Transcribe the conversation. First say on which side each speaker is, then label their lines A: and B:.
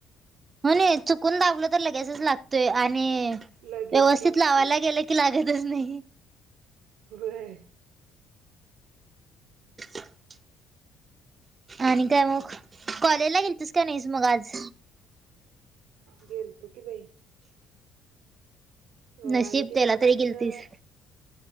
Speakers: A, on the right; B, on the right.
A: होनी चुकून दाबलं तर लगेचच लागतोय आणि
B: लगेच
A: व्यवस्थित
B: लागतोय
A: लावायला गेलं की कि लागतच नाइ
B: व्हय
A: <unintelligible> आणि काय मग कॉलेजला गेलतीस काय नइस मग आज
B: गेलतो की बई अ,
A: नशिब
B: अनिकेत
A: तेला
B: सरांचं
A: तरी गिलतिस